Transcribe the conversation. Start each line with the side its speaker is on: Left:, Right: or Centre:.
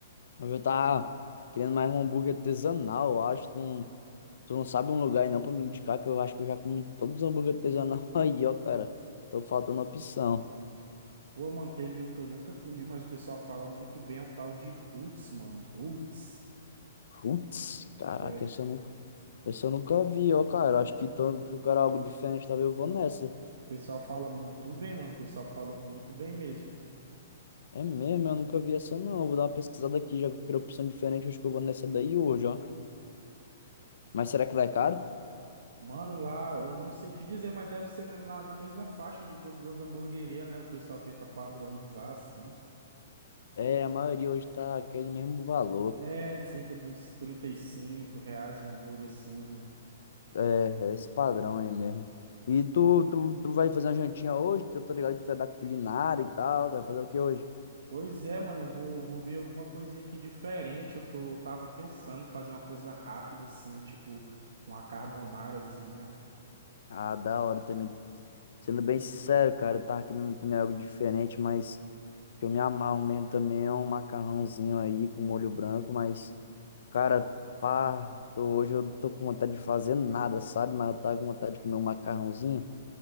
Left: eu já tava querendo mais um hambúrguer artesanal, eu acho. Tu não, tu não sabe um lugar aí não pra me indicar, que eu acho que eu já comi todos os hambúrguer artesanal <laughs> aí, ó, cara. Tô faltando opção.
Right: Pô, mano, teve um que eu nunca comi, mas o pessoal fala muito bem, é um tal de Roots, mano. Roots.
Left: Putz, caraca,
Right: É. O
Left: essa eu nunca, essa eu nunca vi, ó, cara. Acho que então, se eu quero algo diferente, talvez eu vou nessa.
Right: pessoal fala muito bem, mano. O pessoal falou muito bem mesmo.
Left: É mesmo, eu nunca vi essa não. Eu Vou dar uma pesquisada aqui, já que eu quero opção diferente, acho que eu vou nessa daí hoje, ó. Mas será que lá é caro?
Right: Mano, lá, eu não sei te dizer, mas deve ser na, na na mesma faixa de todas as hamburguerias, né? O pessoal tenta padronizar assim.
Left: É, a maioria hoje tá aquele mesmo valor.
Right: É, cerca de uns 35 reais um hambúrguer assim.
Left: É, é esse padrão aí mesmo. E tu, tu, tu vai fazer uma jantinha hoje? Que eu tô ligado que tu é da culinária e tal. Tu vai fazer o que hoje?
Right: Pois é, mano, eu vou, vou ver alguma coisinha aqui diferente. Eu tô, tava pensando em fazer uma coisa rápida assim, tipo uma carbonarazinha.
Left: Ah, da hora também. Sendo bem sincero, cara, eu tava querendo comer algo diferente, mas que eu me amarro mesmo também é um macarrãozinho aí com molho branco, mas, cara, pá, tô, hoje eu tô com vontade de fazer nada, sabe? Mas eu tava com vontade de comer um macarrãozinho.